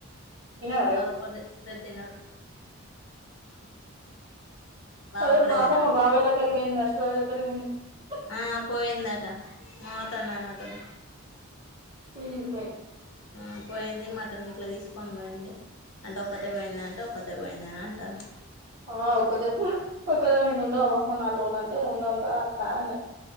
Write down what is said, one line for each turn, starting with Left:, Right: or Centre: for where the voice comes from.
Right: తినడా రేపు
Left: మా ఒక్కడిదే ఉంద తినడు బావ
Right: అదే
Left: ఒక్కడే
Right: బాబా
Left: తినడు
Right: మా బాబాయి దగ్గర ఇగ <unintelligible>
Left: ఆ పోయిందటా మమత అన్నది నా తోటి
Right: <inaudible>
Left: హు పోయింది మ అంటే నువ్వు ఇట్లా తీసుకొని పోయింది అంటే ఒక్కతే పోయింద అంటే ఒక్కతే పోయింది అని అంటావుంది.
Right: ఆ ఒక్కతే ఒకదే పోయింది ఉండవా మరి నాలుగు రోజులు అంటే ఉండంరా అక్క అనా